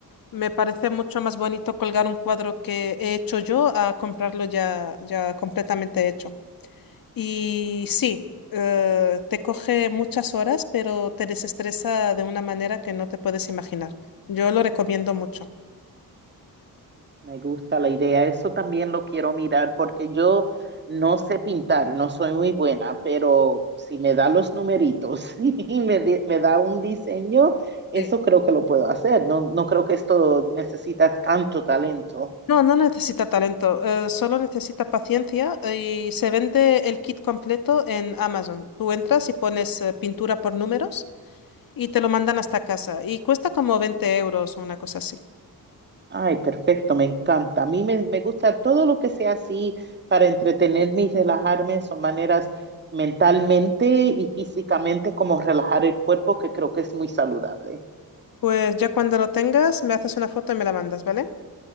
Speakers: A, on the left; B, on the right.
A: Me parece mucho más bonito colgar un cuadro que he hecho yo a comprarlo ya, ya completamente hecho. Y sí, eh, te coge muchas horas, pero te desestresa de una manera que no te puedes imaginar. Yo lo recomiendo mucho.
B: Me gusta la idea, eso también lo quiero mirar porque yo no sé pintar, no soy muy buena, pero si me da los numeritos <laughs> y me, di- me da un diseño, eso
A: Sí.
B: creo que lo puedo hacer. No, no creo que esto necesita tanto talento.
A: No, no necesita talento, eh, solo necesita paciencia y se vende el kit completo en Amazon. Tú entras y pones eh, pintura por números y te lo mandan hasta casa. Y cuesta como 20 euros o una cosa así.
B: Ay, perfecto, me encanta. A mí me, me gusta todo lo que sea así para entretenerme y relajarme, son maneras mentalmente y físicamente como relajar el cuerpo, que creo que es muy saludable.
A: Pues ya cuando lo tengas, me haces una foto y me la mandas, ¿vale?